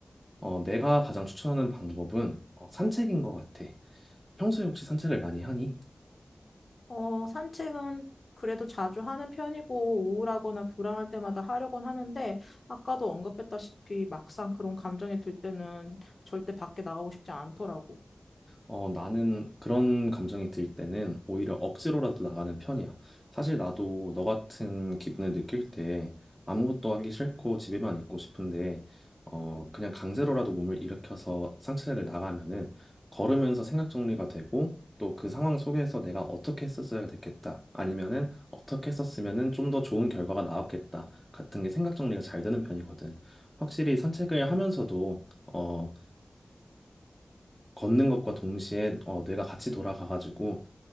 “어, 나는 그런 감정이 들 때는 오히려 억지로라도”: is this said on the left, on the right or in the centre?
Centre